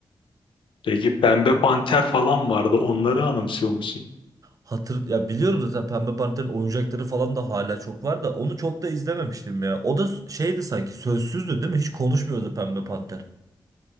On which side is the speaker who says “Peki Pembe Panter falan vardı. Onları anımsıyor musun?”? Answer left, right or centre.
Left